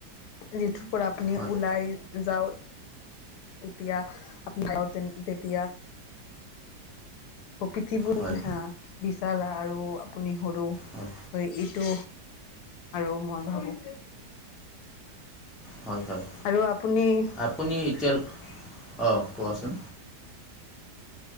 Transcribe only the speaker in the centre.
হয়
হয়
হয়।
হয় হয়।
আপুনি এতিয়াল অ', কোৱাচোন।